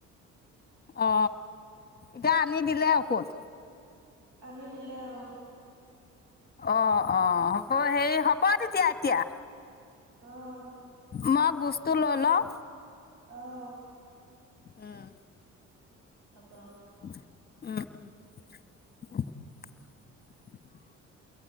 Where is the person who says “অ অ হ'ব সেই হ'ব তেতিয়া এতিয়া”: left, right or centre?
Left